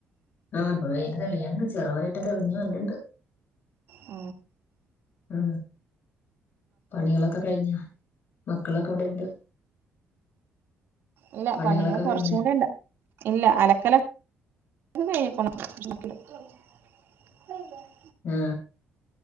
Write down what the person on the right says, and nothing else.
ആ
ഇല്ല
പണികൾ
കൊറച്ചും കൂടി ഇണ്ട് ഇല്ല അലക്കല ക <unintelligible>